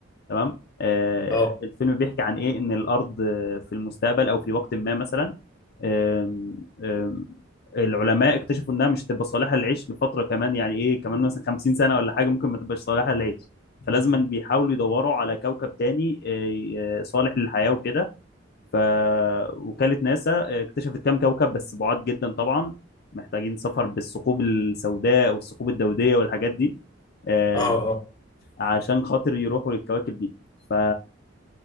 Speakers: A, on the left; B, on the left.
A: تمام آه،
B: اه
A: الفيلم بيحكي عن ايه ان الارض آه، في المستقبل او في وقت ما مثلا آم، آم، العلماء اكتشفوا انها مش هتبقى صالحه للعيش لفتره كمان يعني ايه كمان مثلا 50 سنه ولا حاجه ممكن ما تبقاش صالحه للعيش فلازما بيحاولوا يدوروا على كوكب تاني آه، آه، صالح للحياه وكده فوكاله ناسا اكتشفت كام كوكب بس بعاد جدا طبعا محتاجين سفر بالثقوب السوداء والثقوب الدوديه والحاجات دي آه،
B: اه اه
A: عشان خاطر يروحوا للكواكب دي ف...